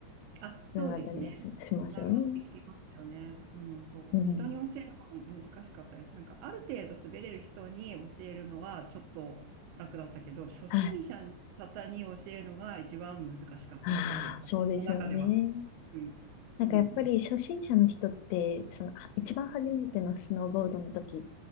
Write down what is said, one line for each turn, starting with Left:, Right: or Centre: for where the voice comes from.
Right: あ、そうですね。
Left: つながったります、しますよね。
Right: つながってきますよね。うん、そう。
Left: うん。
Right: 人に教えるのが難しかったです。なんか、ある程度滑れる人に教えるのはちょっと楽だったけど、初心者の方に教えるのが一番難しかったです。
Left: はい。ああ、そうですよね。
Right: 私の中では。うん。
Left: なんかやっぱり初心者の人って、
Right: そうなんです。
Left: そのは一番初めてのスノーボードの時、